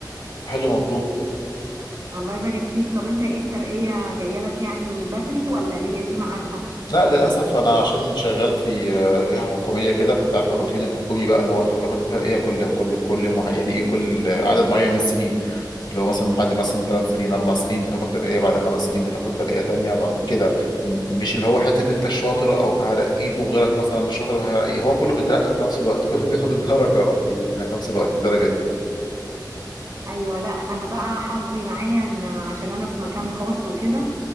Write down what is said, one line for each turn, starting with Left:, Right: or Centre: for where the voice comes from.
Left: طب حلو مبروك
Right: الله يبارك فيك طب أنت إيه الترقية جاية لك يعني بدري ولا هي دي ميعادها؟
Left: لا للاسف انا عشان شغال في آه، جهه حكوميه كده فانت عارف الروتين الحكومي بقى اللي هو انت بتاخد الترقيه كل كل كل مع... يعني ايه كل عدد معين من السنين اللي هو مثلا بعد مثلا ثلاث سنين اربع سنين بتاخد ترقيه بعد خمس سنين بتاخد ترقيه تانية بعد كده م- مش اللي هو حته انت الشاطر او هرقيك وغيرك مثلا مش شاطر ما هرقيه هو كله بيترقى في نفس الوقت <laughs> كله بياخد الدرجه في نفس الوقت الدرجه دي
Right: أيوة لا أنا بقى حظي معايا إن عشان أنا في مكان خاص وكده